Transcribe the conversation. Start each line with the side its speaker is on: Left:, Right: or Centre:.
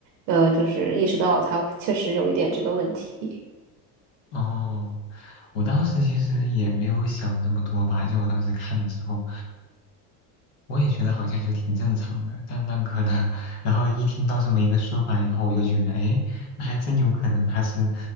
Right: 呃就是意识到他确实有一点这个问题。
Left: 哦，我当时其实也没有想这么多吧，就我当时看的时候。我也觉得好像就挺正常的，但那可能，<laughs> 然后一听到这么一个说法以后，我就觉得，哎，那还真有可能他是